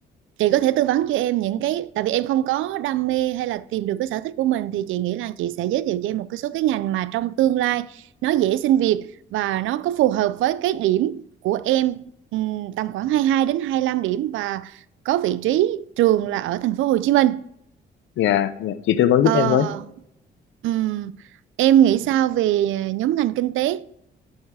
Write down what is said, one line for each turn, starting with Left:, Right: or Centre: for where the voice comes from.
Right: chị có thể tư vấn cho em những cái tại vì em không có đam mê hay là tìm được cái sở thích của mình thì chị nghĩ là chị sẽ giới thiệu cho em một cái số cái ngành mà trong tương lai nó dễ xin việc và nó có phù hợp với cái điểm của em ừm, tầm khoảng 22 đến 25 điểm và có vị trí trường là ở thành phố Hồ Chí Minh.
Left: Dạ, dạ chị tư vấn
Right: Ờ,
Left: giúp em với.
Right: ừm, em nghĩ sao về nhóm ngành kinh tế?